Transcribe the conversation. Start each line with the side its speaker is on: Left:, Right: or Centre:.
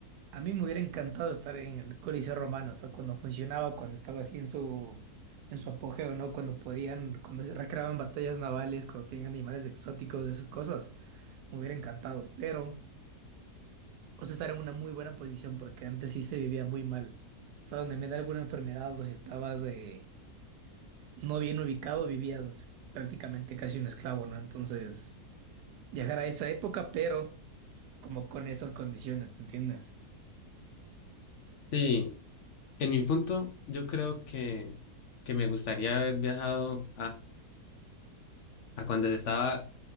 Right: A mí me hubiera encantado estar en el Coliseo Romano, o sea, cuando funcionaba, cuando estaba así en su, en su apogeo, ¿no? Cuando podían, cuando se recreaban batallas navales, cuando tenían animales exóticos, esas cosas. Me hubiera encantado, pero, o sea, estar en una muy buena posición, porque antes sí se vivía muy mal. O sea, donde me da alguna enfermedad o si estabas eh, no bien ubicado, vivías prácticamente casi un esclavo, ¿no? Entonces. viajar a esa época, pero como con esas condiciones, ¿me entiendes?
Left: Sí, en mi punto, yo creo que, que me gustaría haber viajado a cuando se estaba